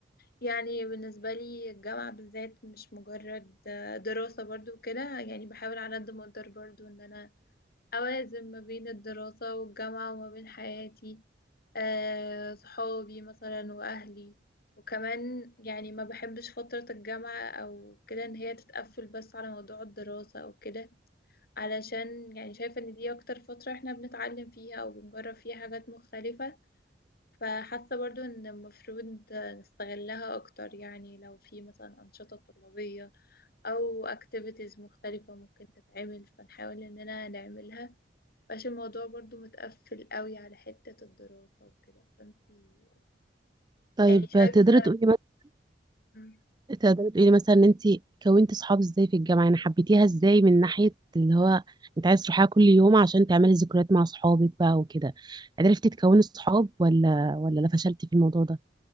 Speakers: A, on the left; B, on the right.
A: يعني بالنسبة لي الجامعة بالذات مش مجرد آه، دراسة برضو كده يعني بحاول على قد ما اقدر برضو ان انا أوازن ما بين الدراسة والجامعة وما بين حياتي آه، صحابي مثلا وأهلي وكمان يعني ما بحبش فترة الجامعة أو كده إن هي تتقفل بس على موضوع الدراسة أو كده علشان يعني شايفة إن دي أكتر فترة إحنا بنتعلم فيها أو بنجرب فيها حاجات مختلفة فحاسة برضو إن المفروض نستغلها أكتر يعني لو في مثلا أنشطة طلابية أو activities مختلفة ممكن تتعمل فنحاول إننا نعملها مبقاش الموضوع برضو متقفل قوي على حتة الدراسة وكده فانتي
B: طيب
A: يعني شايفة
B: تقدري تقولي مثلا
A: مم.
B: تقدري تقولي مثلا ان انت كونتي صحاب ازاي في الجامعة يعني حبيتيها ازاي من ناحية اللي هو انت عايز تروحيها كل يوم عشان تعملي ذكريات مع صحابك بقى وكده عرفتي تكوني صحاب ولا ولا لا فشلتي في الموضوع ده